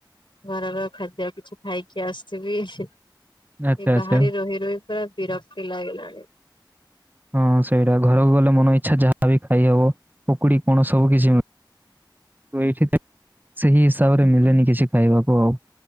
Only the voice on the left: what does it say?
ଘରର ଖାଦ୍ୟ କିଛି ଖାଇକି ଆସିବି। ଏ
ବାହାରେ ରହି ରହି ପୁରା ବିରକ୍ତି ଲାଗିଲାଣି।